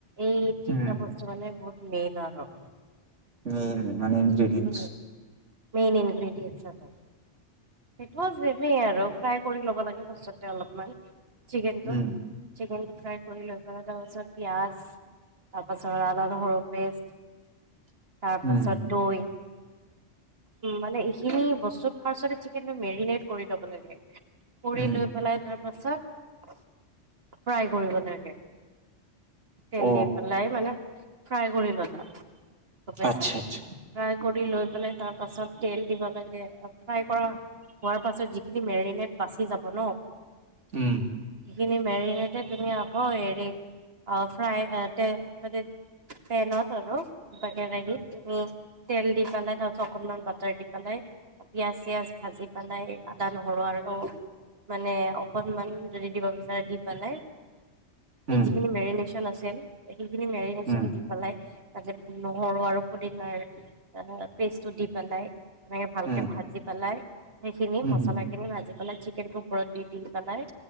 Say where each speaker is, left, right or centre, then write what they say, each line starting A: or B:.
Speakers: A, on the right; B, on the right.
A: এই তিনিটা
B: উম,
A: বস্তু মানে বহুত মেইন আৰু।
B: মেইন মানে ইনগ্ৰেডিয়েন্টচ
A: উম, মেইন ইংগ্ৰিদিয়েঞ্চ আৰু। সেইটোও চেমেই আৰু ফ্ৰাই কৰি ল'ব লাগে, ফাৰ্ষ্টটৈ অলপমান চিকেনটো
B: উম
A: চিকেনটো ফ্ৰাই কৰি লৈ পেলাই তাৰপাছত পিয়াজ তাৰপাছত আদা নহৰু পেষ্ট। তাৰপাছত
B: উম
A: দৈ, মানে এইখিনি বস্তুত ফাৰ্ষ্টটে সেইকাৰণে মেৰিনেট কৰি ল'ব লাগে, কৰি
B: উম
A: লৈ কৰি পেলাই তাৰপাছত ফ্ৰাই কৰিব লাগে। তেল
B: অ
A: দি পেলাই মানে ফ্ৰাই কৰি ল'লা গম পাইছা।
B: আচ্ছা
A: ফ্ৰাই
B: আচ্ছা
A: কৰি লৈ পেলাই তাৰপাছত তেল দিব লাগে আৰু ফ্ৰাই কৰা হোৱাৰ পাছত যিখিনি মেৰিনেট বাচি যাব ন'
B: উম।
A: সিখিনি মেৰিনেটে তুমি আকৌ হেৰি অহ, ফ্ৰাই এ তে-তাতে পেনত আৰু বা কেৰাহিত তুমি তেল দি পেলাই তাৰপিছত অকনমান বাটাৰ দি পেলাই, পিঁয়াজ-চিয়াজ ভাজি মানে আদা নহৰু আৰু অ মানে অকনমান যদি দিব বিচাৰে, দি পেলাই। সেই
B: উম
A: যিখিনি মেৰিনেচন আছিল, সেইখিনি মেৰিনেচন
B: উম
A: দি পেলাই, তাতে নহৰু আৰু পুদিনাৰ পেষ্টটো দি পেলাই। তেনেকে ভালকে
B: উম
A: ভাজি পেলাই, সেইখিনি
B: উম
A: মচলা গোটেইখিনি ভাজি পেলাই, চিকেন ওপৰত দি দি পেলাই।